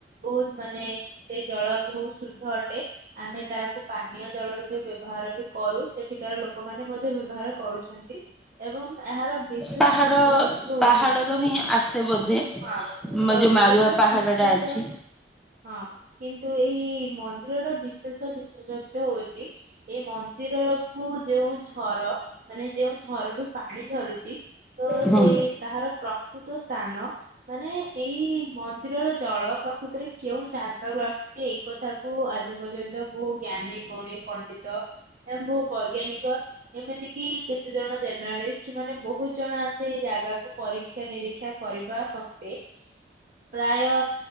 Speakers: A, on the right (about 50°); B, in the centre.
A: ବହୁତ ମାନେ ସେ ଜଳ ବହୁତ ଶୁଦ୍ଧ ଅଟେ। ଆମେ ତାହାକୁ ପାନୀୟ ଜଳ ରୂପେ ବ୍ୟବହାର ବି କରୁ ସେଠିକାର ଲୋକମାନୋ ମଧ୍ୟ ବ୍ୟବହାର କରୁଛନ୍ତି। ଏବଂ ଏହାର ବିଶେଷ
B: ପାହାଡ
A: ବିଶେଷତ୍ଵ ହଉଚି
B: ପାହାଡରୁ ହିଁ ଆସେ ବୋଧେ
A: ହଁ। ତ
B: ଯୋଉ ମାରୁଆ
A: ଏହାର
B: ପାହାଡ
A: ବିଶେଷ
B: ଟା ଅଛି।
A: ହଁ କିନ୍ତୁ ଏହି ମନ୍ଦିରଡ ବିଶେ ଷ ବିଶେଷତ୍ଵ ହଉଚି ଏଇ ମନ୍ଦିର କୁ ଯେଉଁ ଝର ମାନେ ଯେଉଁ ଝରରୁ ପାଣି ଝରୁଚି ତ
B: ହୁଁ
A: ସେଇ ତାହାର ପ୍ରକୃତ ସ୍ଥାନ ମାନେ ଏଇ ମନ୍ଦିରର ଜଳ ପ୍ରକୃତରେ କେଉଁ ଜାଗାରୁ ଆସୁ ଚି ଏକଥା କୁ ଆଜି ପର୍ଯ୍ୟନ୍ତ ବହୁ ଜ୍ଞାନୀ ଗୁଣୀ ପଣ୍ଡିତ ଏମ୍ ବହୁ ବୈଜ୍ଞାନିକ ଏମିତି କି କେତେ ଜଣ ଜେର୍ଣ୍ଣାଳିଷ୍ଟ୍ ମାନେ ବହୁତ ଜଣ ଆସି ଏ ଜାଗାକୁୁ ପରୀକ୍ଷା ନିରୀକ୍ଷା କରିବା ସତ୍ତ୍ୱେ ପ୍ରାୟ ତ